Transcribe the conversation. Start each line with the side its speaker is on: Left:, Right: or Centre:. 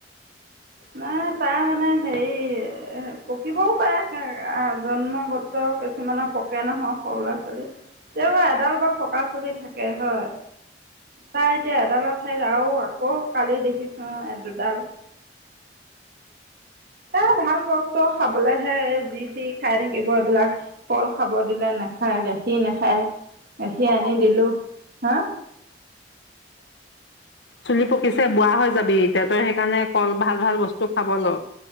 Right: নাই তাই মানে হেৰি পকিবও পাৰে। জন্মগত কিছুমানৰ পকে নহয় সৰু ল'ৰা ছোৱালী। তেওঁ এডাল বা পকা চুলি থাকে হয়। তাই যে এটা এডাল এঠাইত আকৌ কালি দেখিছো দুডাল। এ ভাল বস্তু খাবলৈ স যি তি খাই থাকিব এইবিলাক কল খাব দিলে নাখায়, গাখীৰ নাখায়। গাখীৰ
Left: <unintelligible>
Right: আনি দিলোঁ হা
Left: চুলি পকিছে বুঢ়া হৈ যাবি এতিয়া তই সেইকাৰণে কল ভাল-ভাল বস্তু খাব লঃ।